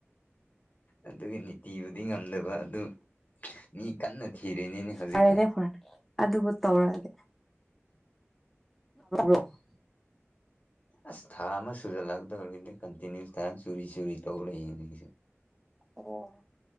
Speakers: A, on the left; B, in the centre.
A: ꯑꯗꯨꯒꯤ ꯅꯤꯇꯤꯕꯨꯗꯤ ꯉꯝꯗꯕ ꯑꯗꯨ ꯃꯤ ꯀꯟꯅ ꯊꯤꯔꯤꯅꯤꯅꯦ ꯍꯧꯖꯤꯛ
B: ꯐꯔꯦꯅꯦ ꯐꯔꯦ ꯑꯗꯨꯕꯨ ꯇꯧꯔꯛꯒꯦ꯭ <unintelligible>
A: ꯑꯁ ꯊꯥ ꯑꯃ ꯁꯨꯖꯜꯂꯛꯀꯗꯧꯔꯤꯅꯦ ꯀꯟꯇꯤꯅ꯭ꯌꯨꯁꯇ ꯆꯨꯔꯤ ꯆꯨꯔꯤ ꯇꯧꯔꯂꯩꯔꯤꯅꯤ ꯑꯩꯁꯨ
B: ꯑꯣ